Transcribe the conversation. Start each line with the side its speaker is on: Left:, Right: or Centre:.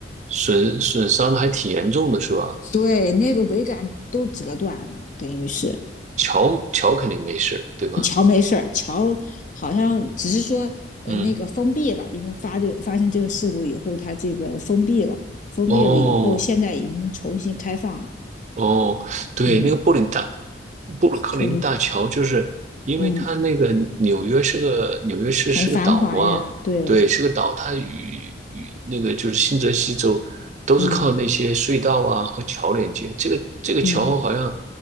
Right: 损损伤的还挺严重的，是吧？
Left: 对，那个桅杆都折断了，等于是
Right: 桥桥肯定没事，对吧？
Left: 桥没事儿，桥好像只是说呃那个封闭了，
Right: 嗯，
Left: 因为发这个发生这个事故以后，它这个封闭了，封闭了以后，
Right: 哦，
Left: 现在已经重新开放了。
Right: 哦，对，
Left: 嗯，
Right: 那个布林大布鲁克林大桥，
Left: 特留，
Right: 就是因为它那个纽约是个纽约市是个岛嘛，
Left: 嗯，很繁华呀，对，
Right: 对，是个岛，它与与那个就是新泽西州都是靠那些隧道啊和桥连接。
Left: 嗯
Right: 这个这个桥好像
Left: 嗯，